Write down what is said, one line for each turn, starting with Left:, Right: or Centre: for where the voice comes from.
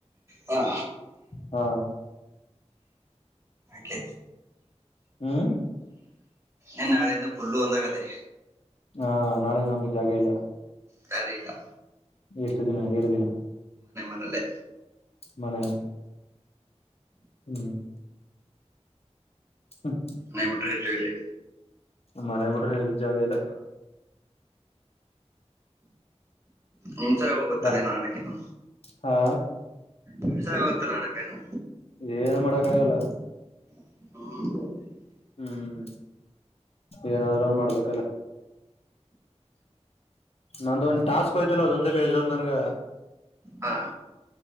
Right: ಹಾ
Left: ಹಾ
Right: ಹಾಗೆ.
Left: ಹ್ಮ್
Right: ಏನ್ ನಾಳೆಯಿಂದ ಫುಲ್ಲು ಒಂದಾಗದೆ.
Left: ಹಾ ನಾಳೆ ನಮಗ್ ಜಾಗಾ ಇಲ್ಲಾ.
Right: ದಾರಿ ಇಲ್ಲಾ.
Left: ಎಷ್ಟ ದಿನ ಎರಡ ದಿನ.
Right: ನಲ್ಲೇ.
Left: ಮನೆನೆ ಹ್ಮ್. ಹಂ
Right: ಮನೆ ಬಿಟ್ರೆ ಇಲ್ಲೆ ಇಲ್ಲೆ.
Left: ಮನೆ ಬಿಟ್ರೆ ಎಲ್ಲಿ ಜಾಗಾ ಇಲ್ಲಾ.
Right: ನಿಮ್ಸಾಗ ಹೋಗುತ್ತಲ್ಲೇನು
Left: ಬಾ
Right: ಆಡಕೇನು
Left: ಹಾ
Right: ನಿಮ್ಸಾಗ ಹೋಗುತ್ತಲ್ಲ ಆಡಕೇನು
Left: ಏನ್ ಮಾಡಕ್ಕ ಆಗಲ್ಲ.
Right: ಹ್ಮ
Left: ಹ್ಮ್ ಏನಾದ್ರೂ ಒಂದ್ ಮಾಡ್ಬೇಕಲ್ಲ. ನಂದ ಒಂದ್ ಟಾಸ್ಕ್ ಹೋಯ್ತಲ್ಲ ಅದೊಂದೇ ಬೇಜಾರ್ ನನ್ಗ
Right: ಹಾ